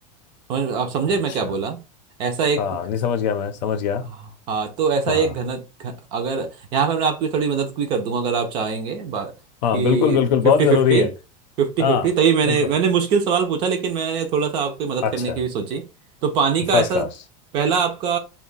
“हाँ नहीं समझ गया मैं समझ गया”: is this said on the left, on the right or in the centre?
Left